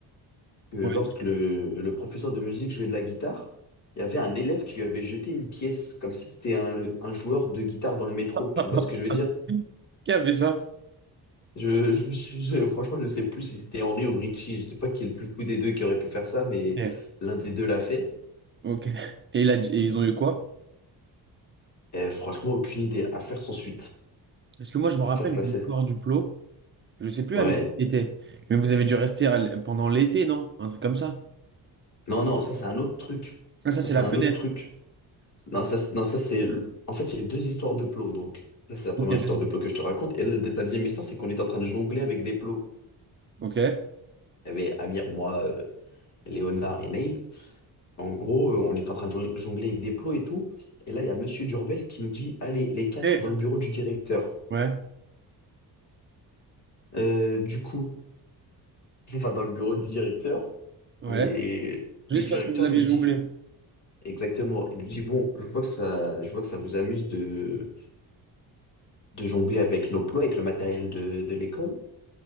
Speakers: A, on the left; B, on the right.
A: que lorsque
B: Ouais.
A: le, le professeur de musique jouait de la guitare, il y avait un élève qui lui avait jeté une pièce, comme si c'était un, un joueur de guitare dans le métro,
B: <laughs>
A: tu vois ce que je veux dire?
B: Qui a fait ça?
A: Je, je, me suis- je- franchement, je sais plus si c'était Henry ou Richie. Je sais pas qui est le plus fou des deux qui aurait pu faire ça, mais
B: Ok.
A: l'un des deux l'a fait.
B: Ok. Et, il a- et ils ont eu quoi?
A: Et franchement, aucune idée. À faire sans suite.
B: Parce que moi, je me
A: À
B: rappelle
A: faire classer.
B: de l'histoire du plot. Je sais plus
A: Ouais.
B: avec qui était. Mais vous avez dû rester à l- pendant l'été, non? Un truc comme ça.
A: Non, non, ça, c'est un autre truc.
B: Ah, ça,
A: Ça,
B: c'est
A: c'est
B: la
A: un
B: fenêtre.
A: autre truc. Non, ça, c'est- non, ça, c'est. le- En fait, il y a eu deux histoires de plots. Donc, là, c'est la première
B: Ok,
A: histoire
B: vas-y.
A: de plots que je te raconte. Et là, la deuxième histoire, c'est qu'on était en train de jongler avec des plots.
B: Ok.
A: Il y avait Amir, moi, euh, Léonard et Neil. En gros, euh, on était en train de jo- jongler avec des plots et tout. Et là, il y a Monsieur Durvel qui nous dit, allez, les quatre
B: Et...
A: dans le bureau du directeur.
B: Ouais.
A: Euh, du coup, on va dans le bureau du directeur
B: Ouais.
A: et le
B: Juste
A: directeur
B: parce que vous aviez
A: nous dit
B: jonglé.
A: exactement, il nous dit, bon, je vois que ça, je vois que ça vous amuse de, de jongler avec nos plots, avec le matériel de, de l'école.